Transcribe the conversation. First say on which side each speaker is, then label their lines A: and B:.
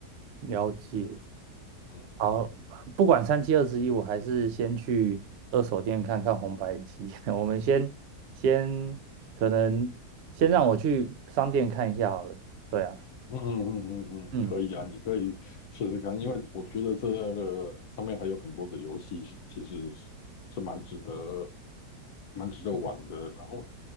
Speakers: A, on the right; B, on the left.
A: 了解。
B: 嗯嗯
A: 好，不管三七二十一，我还是先去二手店看看红白机。<laughs> 我们先先可能先让我去商店看一下好了。对啊，
B: 嗯嗯嗯嗯，嗯，
A: 嗯
B: 可以啊，你可以试试看，因为我觉得这个上面还有很多的游戏，其实是是蛮值得蛮值得玩的。然后